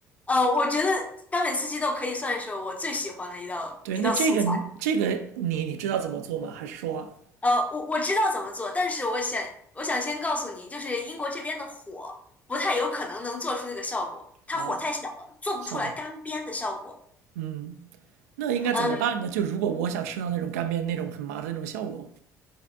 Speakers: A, on the left; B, on the right.
A: 呃，我觉得干煸四季豆可以算是我最喜欢的一道一道素菜。
B: 对，那这个这个你你知道怎么做吗？还是说
A: 呃，我我知道怎么做，但是我想我想先告诉你，就是英国这边的火不太有可能能做出这个效果，它火太小了，
B: 啊，
A: 做不出来干煸的效果。
B: 好吧，嗯，那应该怎么办呢？
A: 嗯
B: 就如果我想吃到那种干煸那种很麻的那种效果，